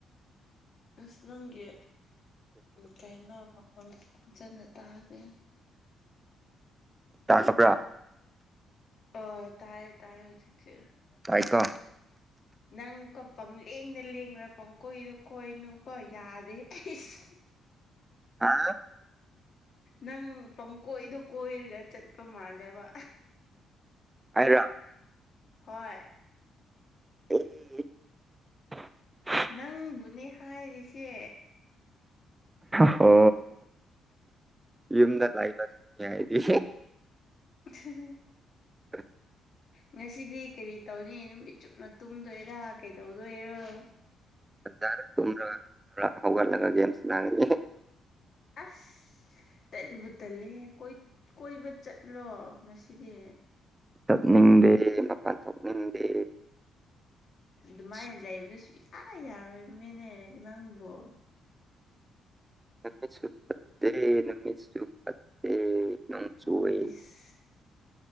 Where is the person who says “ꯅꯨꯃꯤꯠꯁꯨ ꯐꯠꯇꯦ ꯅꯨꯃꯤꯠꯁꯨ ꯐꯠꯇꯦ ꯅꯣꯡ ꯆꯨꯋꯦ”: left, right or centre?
Right